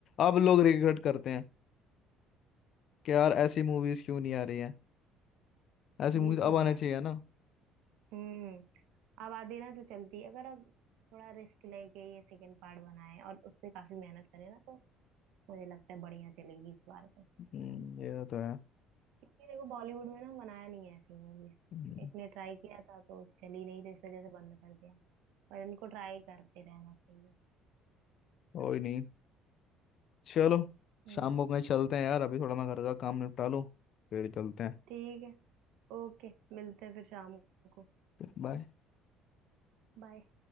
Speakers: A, on the left; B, on the right.
A: अब लोग रिग्रेट करते हैं कि यार ऐसी मूवीज क्यों नहीं आ रही हैं ऐसी
B: ये
A: मूवीज
B: तो
A: अब आना
B: है
A: चाहिए ना
B: हम्म अब आधी ना तो चलती है अगर अब थोड़ा रिस्क लेके ये सेकंड पार्ट बनाए और उस पे काफी मेहनत करे ना तो मुझे लगता है बढ़िया चलेगी इस बार तो
A: हम्म, ये तो है
B: क्योंकि देखो बॉलीवुड में ना बनाया नहीं है ऐसी मूवीज
A: हम्म,
B: एक ने ट्राई किया था तो चली नहीं तो इस वजह से बंद कर दिया पर इनको ट्राई करते रहना चाहिए
A: कोई नहीं चलो
B: हम्म
A: शाम को कहीं चलते हैं यार अभी थोड़ा मैं घर का काम निपटा लूँ फिर चलते हैं
B: ठीक है ओके मिलते हैं फिर शाम को
A: बाय
B: बाय